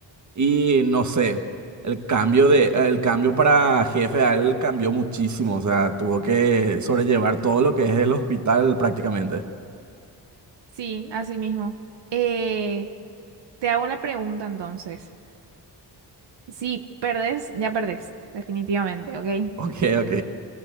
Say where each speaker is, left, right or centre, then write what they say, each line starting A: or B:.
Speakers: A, on the right; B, on the right.
A: y no sé, el cambio de el cambio para jefe a él cambió muchísimo, o sea, tuvo que sobrellevar todo lo que es el hospital prácticamente. <laughs>
B: Sí, así mismo. Eh, te hago la pregunta entonces. Si perdés, ya perdés, definitivamente, ¿ok?
A: Ok, ok.